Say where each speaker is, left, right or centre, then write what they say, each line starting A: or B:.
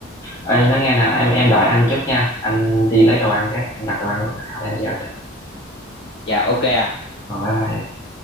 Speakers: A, on the left; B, on the left.
A: Ê, nói nghe nè em em đợi anh chút nha. Anh đi lấy đồ ăn cái, anh đặt đồ ăn lúc nãy họ đang giao cho.
B: dạ ok ạ.
A: Rồi bye bye. em.